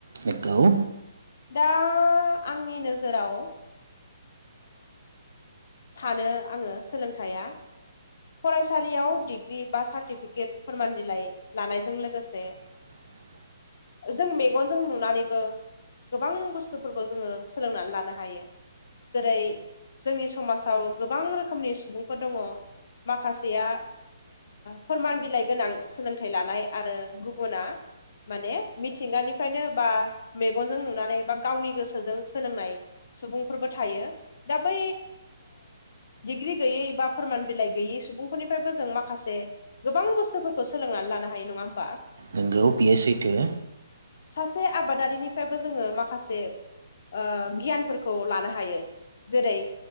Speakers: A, on the right; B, on the left.
A: नंगौ
B: दा आंनि नोजोराव सानो आङो सोलोंथाया फरायसालियाव डिग्रि बा सार्टिफिकेट फोरमान बिलाइ लानायजों लोगोसे
A: <inaudible>
B: जों मेगनजों नुनानैबो गोबां बुस्थुफोरखौ जोङो सोलोंनानै लानो हायो जेरै जोंनि समाज औ गोबां रोखोमनि सुबुंफोर दङ माखासेया फोरमान बिलाइ गोनां सोलोंथाइ लानाय आरो गुबुना माने मिथिंगानिफ्रायनो बा मेगनजों नुनानै बा गावनि गोसोजों सोलोंनाय सुबुंफोरबो थायो दा बै डिग्रि गैयै बा फोरमान बिलाइ गैयै सुबुंफोरनिफ्रायबो जों माखासे गोबां बुस्थुफोरखौ सोलोंनानै लानो हायो नङा होमबा
A: नोंगौ बियो सैथो
B: सासे आबादारिनिफ्रायबो जोङो माखासे ओ गियानफोरखौ लानो हायो जेरै